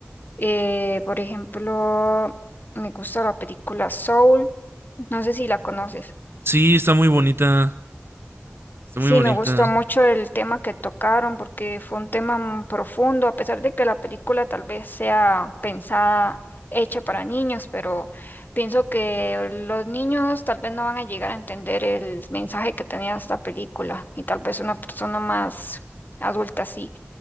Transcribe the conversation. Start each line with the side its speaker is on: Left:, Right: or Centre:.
Left: Eh, por ejemplo, me gusta la película Soul, no sé si la conoces.
Right: Sí, está muy bonita, está
Left: Sí,
Right: muy bonita.
Left: me gustó mucho el tema que tocaron porque fue un tema mm, profundo, a pesar de que la película tal vez sea pensada, hecha para niños, pero pienso que los niños tal vez no van a llegar a entender el mensaje que tenía esta película y tal vez una persona más adulta sí.